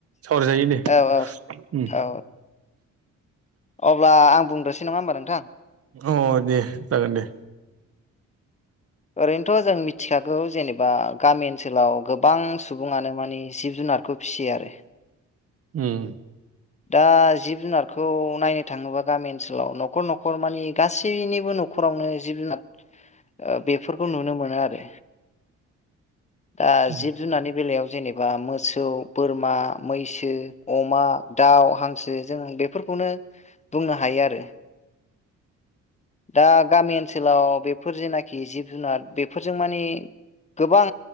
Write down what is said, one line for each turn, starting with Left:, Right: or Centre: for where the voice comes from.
Right: सावरायजायो दे
Left: औ औ
Right: उम
Left: औ अब्ला आं बुं दसै नङाहोमबा नोंथां
Right: औ दे जागोन दे
Left: ओरैनोथ जों मिथिखागौ जेनेबा गामि ओनसोलाव गोबां सुबुङानो मानि जिब जुनार जुनारखौ फिसियो आरो
Right: ओम
Left: दा जिब जुनारखौ नायनो थाङोबा गामि ओनसोलाव न'खर न'खर मानि गासैनिबो न'खरावनो जिब जुनार बेफोरखौ नुनो मोनो आरो दा
Right: उम
Left: जिब जुनारनि बेलायाव जेनेबा मोसौ बोरमा मैसो अमा दाउ हांसो जों बेफोरखौ नो बुंनो हायो आरो दा गामि ओनसोलाव बेफोर जेनाखि जिब जुनार बेफोरजों मानि गोबां